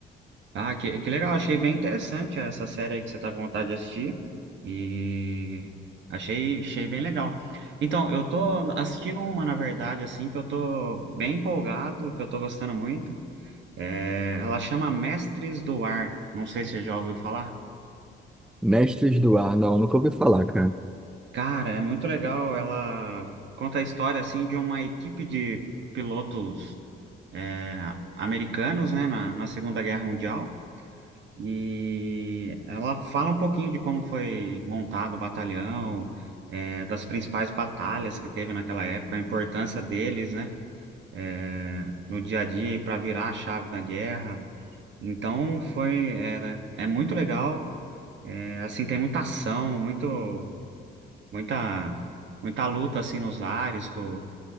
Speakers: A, on the right; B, in the centre.
A: Ah, que, que legal. Achei bem interessante essa série aí que você tá com vontade de assistir. E achei, achei bem legal. Então, eu tô assistindo uma, na verdade, assim, que eu tô bem empolgado, que eu tô gostando muito. É, ela chama Mestres do Ar. Não sei se você já ouviu falar.
B: Mestres do Ar. Não, nunca ouvi falar, cara.
A: Cara, é muito legal. Ela conta a história assim de uma equipe de pilotos é, americanos, né, na, na Segunda Guerra Mundial. E ela fala um pouquinho de como foi montado o batalhão, é, das principais batalhas que teve naquela época, a importância deles, né, é, no dia a dia e para virar a chave da guerra. Então foi, era, é muito legal. É, assim, tem muita ação, muito muita muita luta assim nos ares com,